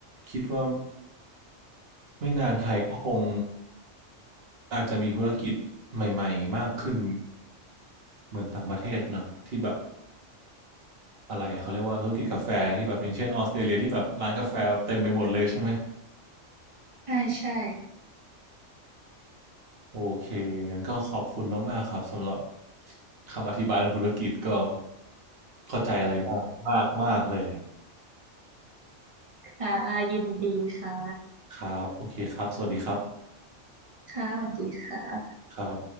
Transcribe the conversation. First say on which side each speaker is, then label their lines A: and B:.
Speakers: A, on the right (about 55°); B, on the right (about 35°).
A: คิดว่าไม่นานไทยก็คงอาจจะมีธุรกิจใหม่ๆมากขึ้นเหมือนต่างประเทศเนอะที่แบบอะไรเขาเรียกว่าธุรกิจกาแฟที่แบบอย่างเช่นออสเตรเลียที่แบบร้านกาแฟแบบเต็มไปหมดเลยใช่ไหม
B: ใช่ใช่
A: โอเคงั้นก็ขอบคุณมากๆครับสำหรับคำอธิบายเรื่องธุรกิจก็เข้าใจอะไรมากมากมากเลย
B: ค่ะยินดีค่ะ
A: ครับโอเคครับสวัสดีครับ
B: ค่ะสวัสดีค่ะ
A: ครับ